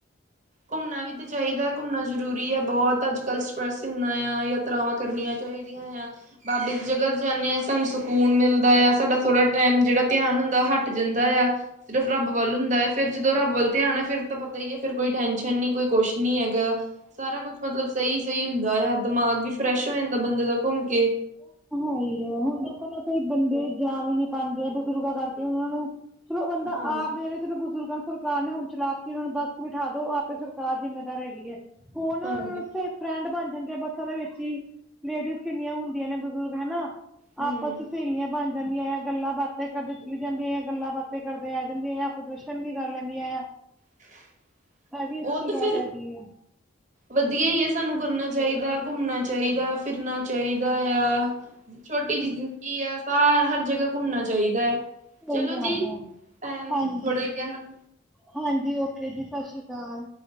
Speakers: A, on the right (about 40°); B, in the centre.
A: ਘੁੰਮਣਾ ਵੀ ਤਾਂ ਚਾਹੀਦਾ, ਘੁੰਮਣਾ ਜਰੂਰੀ ਆ, ਬਹੁਤ ਅੱਜ ਕੱਲ੍ਹ ਸਟਰ੍ਰੈਸ ਇੰਨਾ ਆ ਯਾਤਰਾਵਾਂ ਕਰਨੀਆਂ ਚਾਹੀਦੀਆਂ ਆ, ਬਾਬੇ ਦੀ ਜਗ੍ਹਾ ਜਾਂਦੇ ਹਾਂ, ਸਾਨੂੰ ਸਕੂਨ ਮਿਲਦਾ ਹੈ ਸਾਡਾ ਥੋੜਾ ਟਾਈਮ, ਜਿਹੜਾ ਧਿਆਨ ਹੁੰਦਾ ਉਹ ਹੱਟ ਜਾਂਦਾ ਆ, ਸਿਰਫ ਰੱਬ ਵੱਲ ਹੁੰਦਾ ਆ ਫੇਰ ਜਦੋਂ ਰੱਬ ਵੱਲ ਧਿਆਣਾ ਫਿਰ ਤਾਂ ਪਤਾ ਹੀ ਹੈ, ਫਿਰ ਕੋਈ ਟੈਨਸ਼ਨ ਨੀ ਕੋਈ ਕੁਛ ਨੀ ਹੈਗਾ, ਸਾਰਾ ਕੁਛ ਮਤਲਬ ਸਹੀ ਸਹੀ ਹੁੰਦਾ ਆ ਦਿਮਾਗ ਵੀ, ਫਰੈਸ਼ ਹੋ ਜਾਂਦਾ ਬੰਦੇ ਦਾ ਘੁੰਮ ਕੇ
B: ਹੈ ਹੀ ਹੈ ਹੁਣ ਦੇਖੋ ਨਾ ਕਈ ਬੰਦੇ ਜਾ ਵੀ ਨਹੀਂ ਪਾਉਂਦੇ ਆ, ਬਜ਼ੁਰਗਾਂ ਕਰਕੇ ਉਹਨਾਂ ਨੂੰ ਚਲੋ ਬੰਦਾ
A: ਹਾਂਜੀ
B: ਆਪ ਨੀ ਜਾਣਾ ਚਲੋ ਬਜ਼ੁਰਗਾਂ ਸਰਕਾਰ ਨੇ, ਹੁਣ ਚਲਾ ਕੇ ਨੂੰ ਬੱਸ ਬਿਠਾ ਦੋ ਆਪ ਸਰਕਾਰ ਜਿੰਮੇਦਾਰ ਹੈਗੀ ਹੈ। ਹੁਣ,
A: ਹਾਂਜੀ।
B: ਉਥੇ ਫਰੈਂਡ ਬਣ ਜਾਂਦੇ ਆ ਬਸ ਦੇ ਵਿੱਚ ਹੀ ਲੇਡੀਜ਼, ਕਿੰਨੀਆਂ ਹੁੰਦੀਆਂ ਨੇ ਬਜ਼ੁਰਗ ਹਨਾ
A: ਹੂੰ
B: ਆਪਸ ਚ ਸਹੇਲੀਆਂ ਬਣ ਜਾਂਦੀਆਂ ਆ, ਗੱਲਾਂ- ਬਾਤਾਂ ਕਰਦੇ ਚਲੀ ਜਾਂਦੀਆਂ, ਗੱਲਾਂ ਬਾਤਾਂ ਕਰਦੇ ਆ ਜਾਂਦੀਆਂ, ਦਰਸ਼ਨ ਵੀ ਕਰ ਲੈਂਦੀਆਂ।
A: <inaudible>
B: ਐ, ਵੀ ਅੱਛੀ,
A: ਤੇ
B: ਗੱਲ
A: ਫਿਰ
B: ਹੈਗੀ ਏ।
A: ਵਧੀਆ ਹੀ ਹੈ, ਸਾਨੂੰ ਕਰਨਾ ਚਾਹੀਦਾ ਘੁੰਮਣਾ ਚਾਹੀਦਾ। ਫਿਰਨਾ ਚਾਹੀਦਾ ਆ, ਛੋਟੀ ਜਿਹੀ ਜ਼ਿੰਦਗੀ ਆ ਸਾਰ ਹਰ ਜਗ੍ਹਾ ਘੁੰਮਣਾ ਚਾਹੀਦਾ ਹੈ,
B: ਸਹੀ
A: ਚਲੋ
B: ਗੱਲ ਹੈ
A: ਜੀ ਭੈਣ
B: ਹਾਂਜੀ
A: ਥੋੜ੍ਹਾ ਕ
B: ਹਾਂਜੀ, ਓਕੇ ਜੀ ਸਤਿ ਸ੍ਰੀ ਅਕਾਲ।